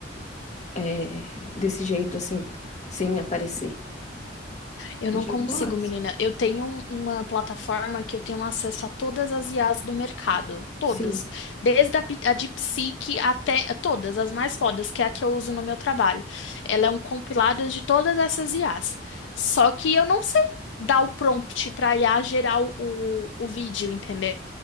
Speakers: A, on the left; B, on the left.
A: é, desse jeito assim, sem aparecer.
B: Eu
A: De
B: não consigo,
A: boas.
B: menina. Eu tenho um- uma plataforma que eu tenho acesso a todas as IAs do mercado. Todas.
A: Sim.
B: Desde a, Pi- a DeepSeek até todas, as mais fodas, que é a que eu uso no meu trabalho. Ela é um compilado de todas essas IAs. Só que eu não sei dar o prompt para IA gerar o, o o vídeo, entendeu?